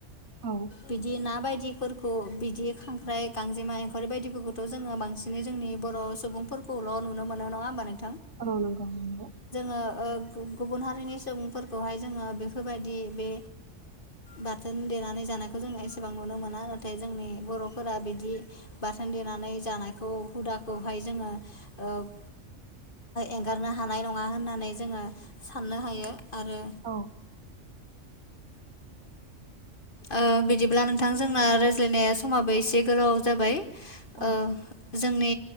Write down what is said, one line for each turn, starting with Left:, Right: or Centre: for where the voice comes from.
Right: औ
Left: बिदि ना बायदि बिदिफोरखौ बिदि खांख्राइ गांजेमा एंखावरि बायदिफोरखौथ' जोङो बांसिनै जोंनि बर' सुबुंफोरखौ खौल' नुनो मोनो नङा होनबा नों
Right: औ नंगौ नंगौ
Left: गुबुन हारिनि सुबुंफोरखौहाय जोङो बेफोरबायदि बे बाथोन। देनानै जानायखौ जों एसेबां नुनो मोना नाथाय जोंनि बर'फोरा बिदि बाथोन देनानै जा जानायखौ हुदाखौहाय जोङो ओ एंगारनो हानाय। नङा होननानै जोङो साननो हायो आरो
Right: औ
Left: ओ बिदिब्ला नोंथां जोंना रायज्लायनाया समाबो एसे गोलाव जाबाय
Right: औ
Left: ओ जोंनि